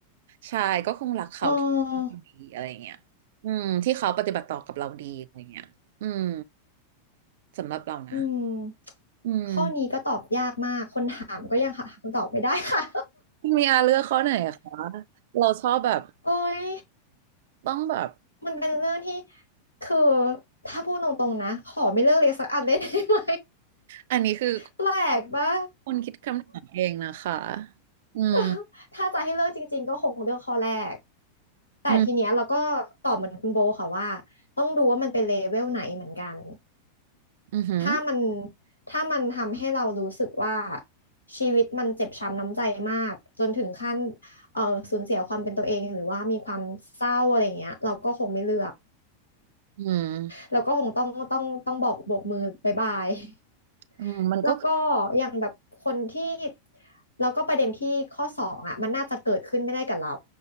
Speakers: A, on the right; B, on the left.
A: ใช่ก็คงรักเขาที่
B: อ๋อ
A: ดีอะไรเงี้ยอืมที่เขาปฏิบัติต่อกับเราดีอะไรเงี้ยอืมสำหรับเรานะ
B: อืม
A: อืม
B: ข้อนี้ก็ตอบยากมากคนถามก็ยังหาคำตอบไม่ได้ค่ะ
A: มีอาเลือกข้อไหนอะคะเราชอบแบบ
B: <laughs> โอ้ย
A: ต้องแบบ
B: มันเป็นเรื่องที่คือถ้าพูดตรงๆนะขอไม่เลือกเลยสักอันเลย <laughs> ได้ไหม
A: อันนี้คือ
B: แปลกปะ
A: คนคิดคำถามเองนะคะอืม
B: <laughs> ถ้าจะให้เลือกจริงๆก็คงเลือกข้อแรก แต่ทีเนี้ยเราก็ตอบเหมือนคุณโบค่ะว่าต้องดูว่ามันเป็นเลเวลไหนเหมือนกัน
A: อืมอือหือ
B: ถ้ามันถ้ามันทำให้เรารู้สึกว่าชีวิตมันเจ็บช้ำน้ำใจมากจนถึงขั้นเอ่อสูญเสียความเป็นตัวเองหรือว่ามีความเศร้าอะไรอย่างเงี้ยเราก็คงไม่เลือก
A: อืม
B: เราก็คงต้องต้องต้องบอกโบกมือบายบาย
A: อืมมันก็คือ
B: <laughs> แล้วก็อย่างแบบคนที่แล้วก็ประเด็นที่ข้อสองอ่ะมันน่าจะเกิดขึ้นไม่ได้กับเรา